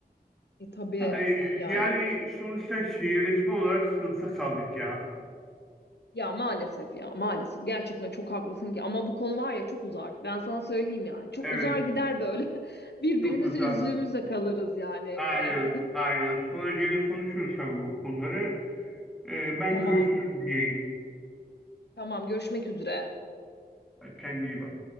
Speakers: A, on the left (about 85°); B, in the centre.
A: E tabii
B: Yani,
A: yani.
B: yani sonuçta şehirleşme olarak sınıfta kaldık ya.
A: Ya maalesef ya maalesef gerçekten çok haklısın ki ama bu konu var ya çok uzar. Ben sana söyleyeyim yani. Çok
B: Evet,
A: uzar gider böyle. <laughs> Birbirimizi
B: çok uzak.
A: üzdüğümüzde kalırız yani Emre.
B: Aynen, aynen. Sonra gene konuşuruz tabii bu konuları. Ee,
A: <laughs>
B: ben
A: Tamam.
B: görüşürüz diyeyim.
A: Tamam görüşmek üzere.
B: Kendine iyi bak.